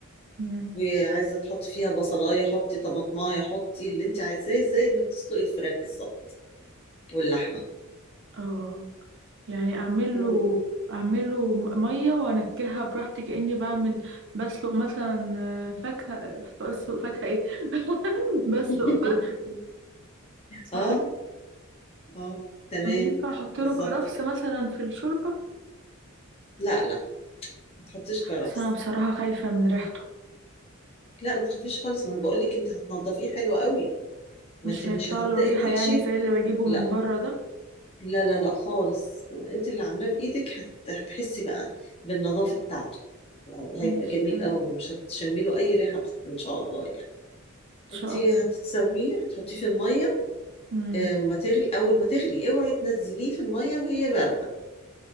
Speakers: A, on the right (about 55°); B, on the left (about 25°).
A: امم
B: وعايزه تحطي فيها بصلايه حطي طماطمايه حطي اللي انت عايزاه زي ما بتسلقي الفراخ بالظبط واللحمة
A: اه يعني اعمل
B: و-
A: له اعمل له ميه وانكهها براحتي كاني بعمل بسلق مثلا آه، فاكهه بسلق فاكهه ايه <laughs> بسلق
B: <laughs>
A: فرخ صح
B: اه
A: كده
B: اه تمام
A: ينفع احط
B: بالظبط
A: له كرفس
B: كده
A: مثلا في الشوربه
B: لا لا ما تحطيش كرفس
A: بس انا بصراحه خايفه من ريحته
B: لا ما تخافيش خالص ما انا بقول لك انت هتنضفيه حلو قوي ما
A: مش
B: انت
A: هيطلع
B: مش هتبدأي
A: له ريحه
B: تحشيه
A: يعني زي اللي بجيبه
B: لا
A: من بره ده
B: لا لا لا خالص انت اللي عاملاه بايدك هت... هتحسي بقى بالنظافة بتاعته
A: ماشي
B: هيبقى جميل
A: تمام
B: قوي ومش هتشمي له اي ريحة بس- ان شاء الله يعني
A: ان
B: انت
A: شاء
B: هتتسويه
A: الله
B: هتحطيه في المية
A: مم.
B: آه، ما تغلي اول ما تغلي اوعي تنزليه في المية وهي باردة